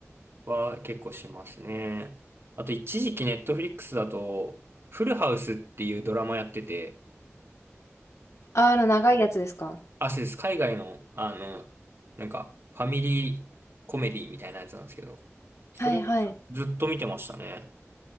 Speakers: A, on the right; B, on the left.
A: は結構しますね。あと一時期ネットフリックスだと、フルハウスっていうドラマやってて、
B: あー、あの長いやつですか
A: あ、そうです。海外の、あの、なんかファミリーコメディみたいなやつなんですけど、それをずっと見てましたね。
B: はいはい。